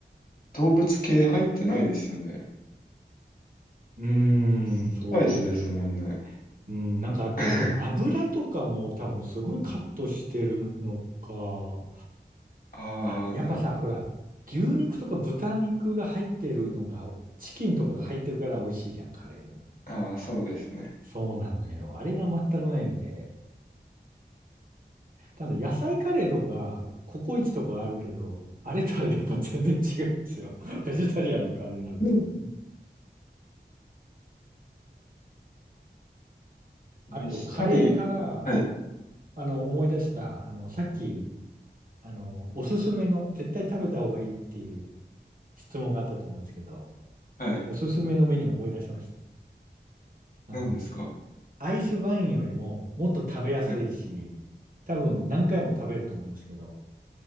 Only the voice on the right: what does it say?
うーん、
そうですね。うん、なんかあと、
油とかも多分すごいカットしてるのか。
あ、やっぱさ、
ほら、牛肉とか豚肉が入ってるのが、チキンとかが入ってるから美味しいじゃん、カレーも。
そうなのよ。あれが全くないんで。ただ野菜カレーとか、ココイチとかあるけど、あれとはやっぱ全然違うんですよ。<laughs> ベジタリアンのカレーになると。
あと、カレーから、
あの、思い出した、あの、さっき、あの、おすすめの、絶対食べた方がいいっていう、質問があったと思うんですけど、
おすすめのメニューを思い出しました。あの、
アイスバインよりももっと食べやすいし、
多分何回も食べると思うんですけど、